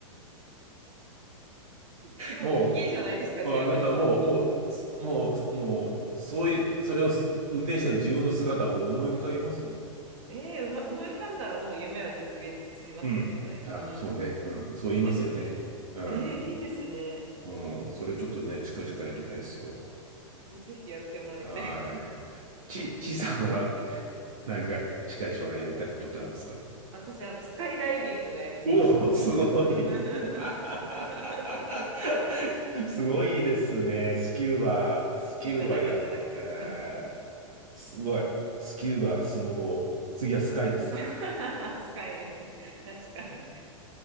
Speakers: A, on the right; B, on the right.
A: 規模大きいじゃないですか、
B: もう、
A: 十分。
B: あ、なんかもう、もう、すもう、もう、そういう、それを運転してる自分の姿を思い浮かびますもん。
A: ええうま、思い浮かんだらもう夢は実現しますね、
B: うん。
A: これ。
B: あ、
A: うん。
B: そうね。うん。そう言いますよね。
A: いいですね。
B: うん。
A: ええいいですね。
B: うん。それちょっとね、近々やりたいですよ。
A: えぜひやってもらいたいです。
B: はい。ち、ちいさんは <laughs> 何か近い将来やりたいことってあるんですか
A: 私、あの、スカイダイビングがやりたいです。
B: おお、すごい。
A: <laughs>
B: <laughs> すごいですね。スキューバ、スキューバや、
A: ビーバーだけでなく、
B: えー、すごい。スキューバ、スノボー。次はスカイですか。
A: <laughs> スカイで。確かに。